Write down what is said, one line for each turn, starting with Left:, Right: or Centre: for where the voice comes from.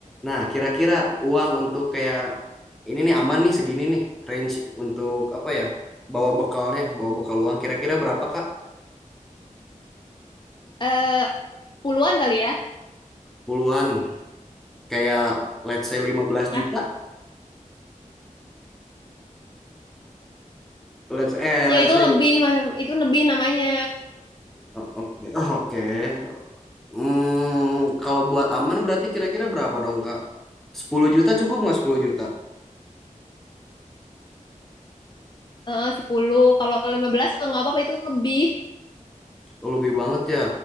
Centre: Nah, kira-kira uang untuk kayak ini nih aman nih segini nih range untuk apa ya? Bawa bekalnya, bawa bekal uang kira-kira berapa Kak?
Left: Eh, puluhan kali ya?
Centre: Puluhan, kayak let's say 15
Left: Ah,
Centre: juta. Let's eh let's
Left: ya itu
Centre: say
Left: lebih, Mas. itu lebih namanya.
Centre: Oh, Oke, <laughs> Oh, oke, Hmm, kalau buat aman berarti kira-kira berapa dong, Kak? 10 juta cukup nggak 10 juta?
Left: eh sepuluh Kalau 15 kalau nggak apa-apa itu lebih.
Centre: Oh, Lebih banget ya.